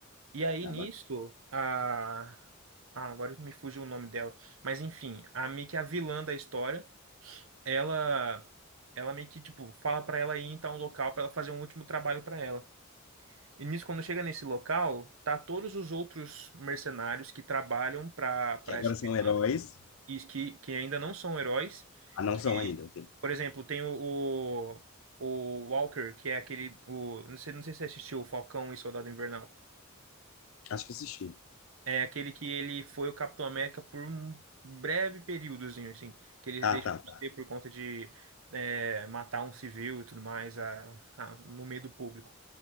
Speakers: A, on the right (about 70°); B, on the left (about 75°).
A: E aí
B: Acaba-
A: nisto a ah, agora me fugiu o nome dela, mas enfim, a meio que a vilã da história ela ela meio que tipo fala pra ela ir então a um local pra ela fazer um último trabalho pra ela. E nisso quando chega nesse local, tá todos os outros mercenários que trabalham pra para
B: Que agora
A: essa
B: são
A: vilã
B: heróis.
A: e que que ainda não são heróis,
B: Ah, não
A: que
B: são ainda. ok.
A: por exemplo, tem o, o o Walker, que é aquele o não sei, não sei se você assistiu o Falcão e Soldado Invernal.
B: Acho que assisti.
A: É aquele que ele foi o Capitão América por um breve períodozinho, assim, que ele
B: Ah,
A: deixa
B: tá,
A: de
B: tá.
A: ser por conta de é, matar um civil e tudo mais a- a- no meio do público.